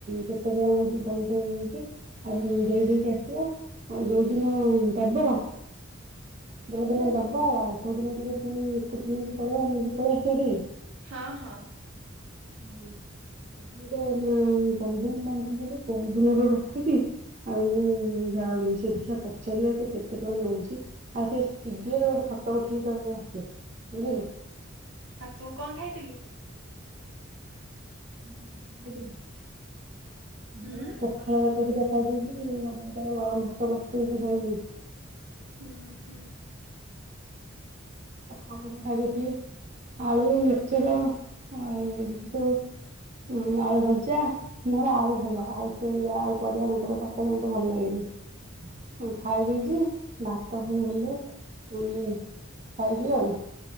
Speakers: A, on the right; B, on the right.
A: କେତେ ଟଙ୍କା ହଉଚି ବନ୍ଧା ହଉଚି ଆଉ ତାକୁ ଦେଇ ଦେଇକି ଆସିବା ଆଉ ଯୋଉ ଦିନ ଦବ ଯୋଉ ଦିନ ଦ ତ ସେଦିନ ଟିକେ ପୁଣି ସ୍କୁଟି ନେଇକି ପଳେଇବା ନେଇକି ପଳେଇ ଆସିବା ଟିକେ।
B: ହଁ, ହଁ।
A: ନେଇ ଅସୁବିଧା ନା କଣ ପାଇଁ ମନା କଲ ପରଦିନର ରଖିଚି ଆଉ ମୁଁ ଯାଉନି ସେ ଦେଖିବା ପ ଚାରିିବା ସେ କେତେ ଟଙ୍କା ନଉଚି? ଆଉ ସେଇ ସିଡିଏ ରେ ଗୋଟେ ଫୋଟ ଉଠେଇ ତୋର ମୋର ଆସିବା ବୁଝିଲୁ।
B: ଆଉ ତୁ କଣ ଖାଇଥିଲୁ?
A: ହଁ ତୁ ଖାଇଥିଲୁ।
B: ହୁଁ
A: ମୁଁ ଏ ପଖାଳ ଭା ତ ଦିଟା ଖାଇ ଦେଇଚି, ମମି ତାର ଗରମ ଭାତ ବସେଇଚି ହେଇନି।
B: ଉଁ ହୁଁ।
A: ଫଖାଳ ଦିଟା ଖାଇଦେଇଥିଲି, ଆଳୁ ମିକଚର୍ ଆଉ ଏମିତି ସବୁ ଉଁ, ଆଳୁ ଭଜା ମୋର ଆଳୁ ଭଲ ଆଉ ସେ ଆଉ ପରିବା ମତ୍ର ତାଙ୍କର ମୋତେ ଭଲ ଲାଗେନି ଅଁ, ଖାଇ ଦେଇଚି ଭାତ ହୁଁ ହେଲେ ଏଁ ଖାଇବି ଆଉ।